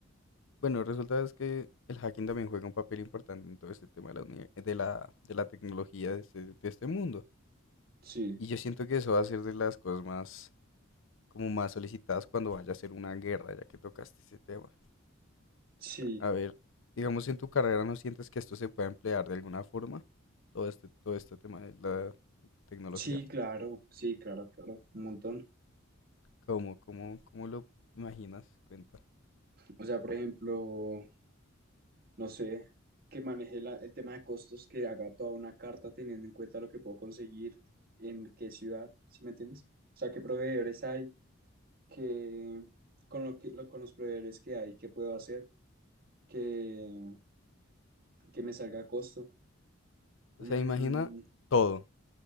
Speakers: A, on the left (about 65°); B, on the right (about 45°).
A: bueno, resulta es que el hacking también juega un papel importante en todo este tema de la, uni- de la, de la tecnología de este, de este mundo.
B: Sí,
A: Y yo siento que eso va a ser de las cosas más, como más solicitadas cuando vaya a ser una guerra, ya que tocaste ese tema.
B: sí,
A: A ver, digamos en tu carrera, ¿no sientes que esto se puede emplear de alguna forma? Todo este, todo este tema de la tecnología.
B: sí, claro, sí, claro, claro, un montón.
A: ¿Cómo, cómo, cómo lo imaginas? Cuenta.
B: O sea, por ejemplo, no sé, que maneje la- el tema de costos, que haga toda una carta teniendo en cuenta lo que puedo conseguir en qué ciudad, ¿sí me entiendes? O sea, qué proveedores hay, que con lo que lo- con los proveedores que hay, qué puedo hacer, que, que me salga a costo.
A: O
B: Mm,
A: sea, imagina todo,